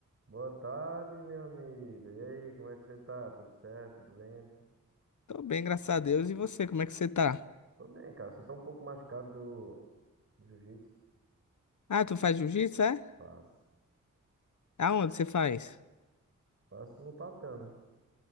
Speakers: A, on the right; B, on the left.
A: Boa tarde, meu amigo. E aí, como é que você tá? Tudo certo? Tudo bem?
B: Tô bem, graças a Deus. E você, como é que você tá?
A: Tô bem, cara. Só tô um pouco machucado do, do jiu-jitsu.
B: Ah, tu faz jiu-jitsu, é?
A: Faço.
B: Aonde você faz?
A: Faço no tatame.